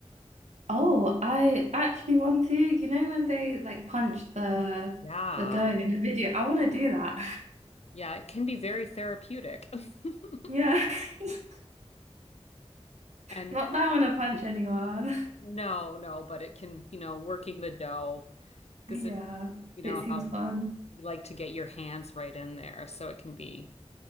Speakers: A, on the right; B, on the left.
A: Oh, I actually want to. You know when they like punch the
B: Yeah.
A: the dough in the video? I want to do that. <laughs>
B: Yeah, it can be very therapeutic. <laughs>
A: Yeah. <laughs>
B: And
A: Not that I want to punch anyone. <laughs>
B: no, no, but it can, you know, working the dough, because
A: Yeah,
B: if you
A: it
B: know
A: seems
B: how
A: fun.
B: you like to get your hands right in there, so it can be